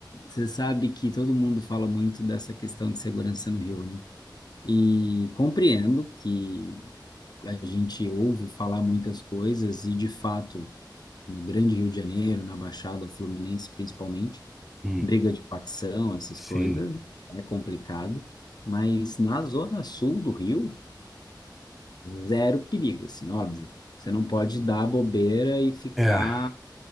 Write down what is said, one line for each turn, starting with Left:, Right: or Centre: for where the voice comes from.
Left: você sabe que todo mundo fala muito dessa questão de segurança no Rio, né? E compreendo que a gente ouve falar muitas coisas e, de fato, no Grande Rio de Janeiro, na Baixada Fluminense principalmente,
Centre: Hum,
Left: briga de facção, essas
Centre: sim.
Left: coisas, é complicado, mas na zona sul do Rio, zero perigo, assim, óbvio. Você não pode dar bobeira e ficar,
Centre: É,